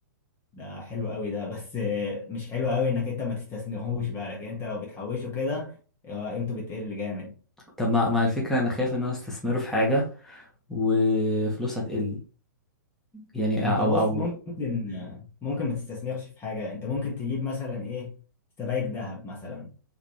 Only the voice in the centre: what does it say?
طب ما ما الفكرة انا خايف ان انا استثمره في حاجة وفلوسها تقل يعني
او
او